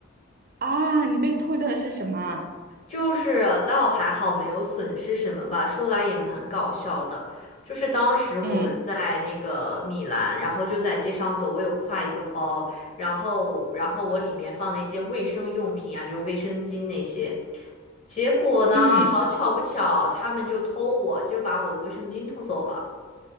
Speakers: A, on the right (about 50°); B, on the left (about 35°).
A: 啊，你被偷的是什么？
B: 就是倒还好没有损失什么吧。说来也蛮搞笑的，就是当时我们在那个米兰，
A: 嗯
B: 然后就在街上走，我有挎一个包，然后然后我里面放了一些卫生用品啊，就是卫生巾那些。结果呢，
A: 嗯，
B: 好巧不巧，他们就偷我，就把我的卫生巾偷走了。